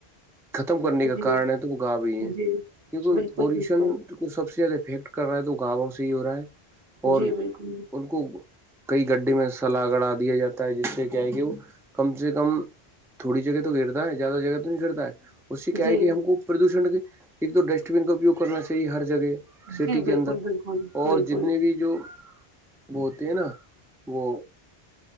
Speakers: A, in the centre; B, on the right.
A: ختم کرنے کا
B: جی
A: کارن ہے تو وہ گااب ہی ہے
B: جی
A: کیکہ
B: بالکل
A: پالوشن
B: بالکل
A: کو سب سے زیادہ افیکٹ کر رہا ہے تو گاؤوں سے ہی ہو رہا ہے اور
B: جی بالکل
A: ان کو کئی گڈے میں سلا گڑا دیا جاتا ہے جس سے جائے گی وہ کم سے کم تھوڑی جگہ تو گر ہے زیادہ جگہ تو نہیں پڑتا ہے اس سے کیا
B: جی
A: ہے کہ ہم کو پردوشن ایک تو ڈسٹ بین کا اپیوگ کرنا چاہیے ہر جگہ سٹی
B: جی بالکل
A: کے اندر
B: بالکل
A: اور
B: بالکل
A: جتنے بھی جو وہ ہوتے ہیں نا وہ